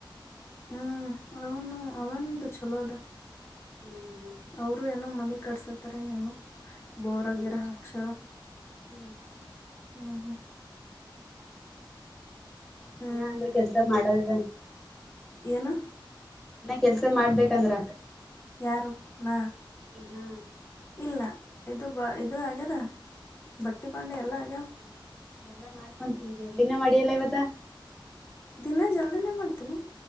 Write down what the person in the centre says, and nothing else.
ಹ್ಮ್
ಹ್ಮ್ ಹ್ಮ್
ಹ್ಮ್
ಇ ಅಂದ್ರೆ ಕೆಲ್ಸ ಮಾಡದಿದೆ
ನನ್ನ ಕೆಲ್ಸ ಮಾಡ್ಬೇಕಂದ್ರ
ಹ್ಮ
ಎಲ್ಲ ಮಾಡ್ಕೊತವಿ ಇಲ್ಡಿನೇ ಮಾಡಿಯಲ್ಲ ಇವತ್ತ